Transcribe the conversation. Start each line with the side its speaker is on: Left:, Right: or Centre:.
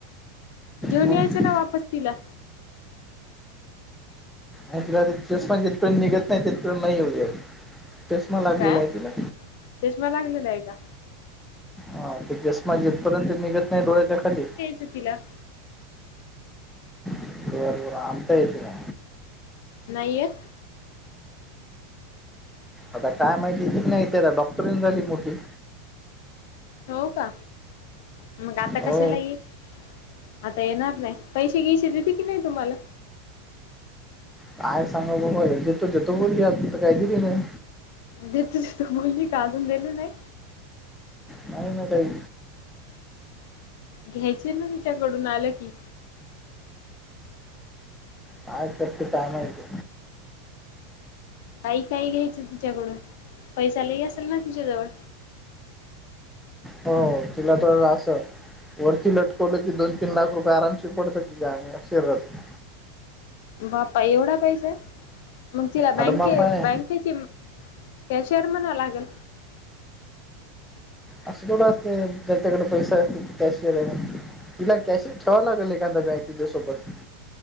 Left: घेऊन
Centre: मग
Left: यायचं ना वापस तिला
Centre: आणि तिला आता चष्मा जिथपर्यंत निघत नाय तिथपर्यंत नाय येऊ दयायच चष्मा लागलेला
Left: काय
Centre: हाय तिला
Left: चष्मा लागलेला हाय का?
Centre: हा ते चष्मा जिथपर्यंत निघत नाय डोळ्याच्या खाली
Left: ते तिला
Centre: बरं बरं आणता येईल तिला
Left: नाहीयत.
Centre: आता काय माहिती येतच नाय ती डॉक्टर झाली मोठी
Left: हो का मंग आता
Centre: हो
Left: कशाला येईल. आता येणार नाय पैसे गियसे देते की नाय तुम्हाला
Centre: काय सांगा बुआ एकदा त देतो बोलली अजूनत काय दिले नाय
Left: देते देते म्हणली का अजून दिले नाही.
Centre: नाय ना ताई
Left: घ्यायचे ना तिच्याकडून आलं की
Centre: काय करते काय माहिती
Left: काही काही घ्यायचं तिच्याकडून पैसा लय असल ना तिच्याजवळ
Centre: होय तिला तर असं वरती लटकवलं की दोन तीन लाख रुपये आरामशीर पडतात तिच्या अंगा शरीरातून
Left: बापा एवढा पैसा हाय मग तिला
Centre: हाडमाप
Left: बँके
Centre: आहे
Left: बँकेची केशिअर म्हणा लागल.
Centre: असं थोडं असते ज्याच्याकडे पैसा असत ती कॅशिअर हाय. तिला कॅशिंअर ठेवा लागल एखादा बॅ तिच्यासोबत